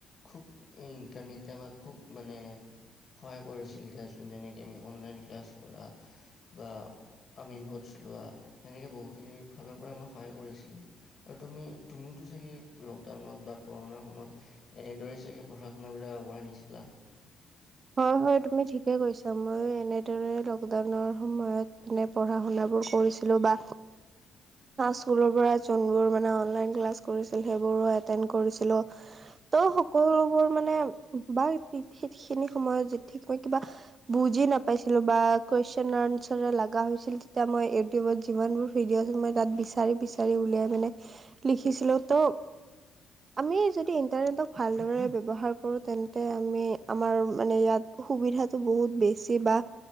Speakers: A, on the left (about 45°); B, on the right (about 40°).
A: খুব ইণ্টাৰনেটে আমাক খুব মানে সহায় কৰিছিল দিয়াচোন যেনেকে আমি অনলাইন ক্লাছ কৰা বা আমি নোটচ লোৱা সেনেকে বহুতখিনিৰ ফালৰ পৰা আমাক সহায় কৰিছিলে। আৰু তুমি তুমি চাগে লকডাউনত বা কৰুণা সময়ত এনেদৰে চাগে পঢ়া শুনাবিলাক আগবঢ়াই নিছিলা।
B: হয় হয় তুমি ঠিকেই কৈছা মইয়ো এনেদৰে লকডাউনৰ সময়ত মানে পঢ়া শুনা বোৰ কৰিছিলো বা স্কুলৰ পৰা যোনবোৰ মানে অনলাইন ক্লাছ কৰিছিল সেইবোৰো এটেন্ড কৰিছিলো। ত সকলোবোৰ মানে বা <inaudible> খিনি সময়ত যে ঠিক মই কিবা বুজি ন পাইছিলো বা কুৱেশন আনচাৰ লগা হৈছিল তেতিয়া মই ইউটিউবত যিমানবোৰ ভিডিঅ' মই তাত বিচাৰি বিচাৰি উলিয়াই মানে লিখিছিলো তো আমি যদি ইন্টাৰনেটক ভালদৰে ব্যৱহাৰ কৰো তেন্তে আমি আমাৰ মানে ইয়াত সুবিধাটো বহুত বেছি বা